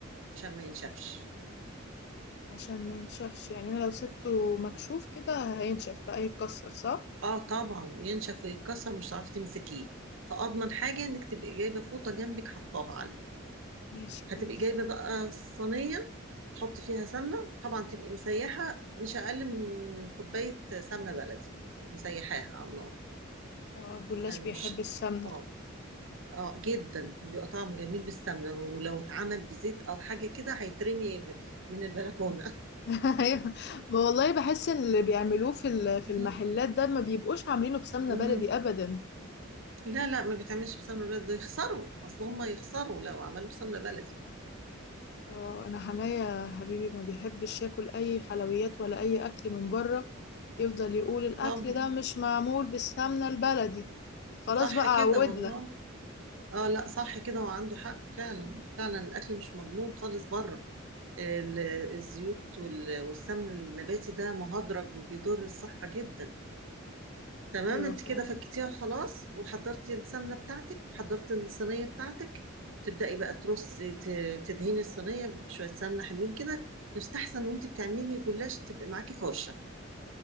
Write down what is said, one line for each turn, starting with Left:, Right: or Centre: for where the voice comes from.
Right: عشان ما ينشفش
Left: عشان ما ينشفش يعني أنا لو سبته مكشوف كده هينشف بقى يتكسر صح؟
Right: اه طبعا ينشف ويتكسر مش هتعرفي تمسكيه فأضمن حاجة إنك تبقي جايبة فوطة جنبك حطاها عليه
Left: ماشي
Right: هتبقي
Left: كويس
Right: جايبة بقى صينية تحطي فيها سمنة طبعا تبقي مسيحة مش أقل من كوباية سمنة بلدي مسيحاها على النار
Left: اه الجلاش
Right: يعني
Left: بيحب
Right: مش
Left: السمنة
Right: اه اه جدا بيبقى طعمه جميل بالسمنة ولو اتعمل بزيت او حاجة كده هيترمي ب- من البلكونة
Left: <laughs> أيوة ما والله بحس ان اللي بيعملوه في ال- في
Right: <laughs>
Left: المحلات ده ما بيبقوش عاملينه بسمنة
Right: مم.
Left: بلدي أبدا
Right: لا لا ما بيتعملش بسمنة بلدي ده يخسروا اصل هم يخسروا لو عملوا بسمنة بلدي
Left: اه انا حماية حبيبي ما بيحبش ياكل اي حلويات ولا اي اكل من بره يفضل يقول الاكل
Right: طبعا
Left: ده مش معمول بالسمنة البلدي خلاص
Right: صح
Left: بقى
Right: كده
Left: عودنا
Right: والله اه لا صح كده وعنده حق فعلا فعلا الاكل مش مضمون خالص بره ال- الزيوت وال- والسمن النباتي ده مهدرج وبيضر الصحة جدا تمام
Left: ايوه
Right: انت
Left: فعلا
Right: كده فكتيها خلاص وحضرتي السمنه بتاعتك وحضرتي الصينيه بتاعتك تبداي بقى ترصي ت- تدهني الصينيه بشويه سمنه حلوين كده يستحسن وانت بتعملي جلاش تبقى معاكي فرشه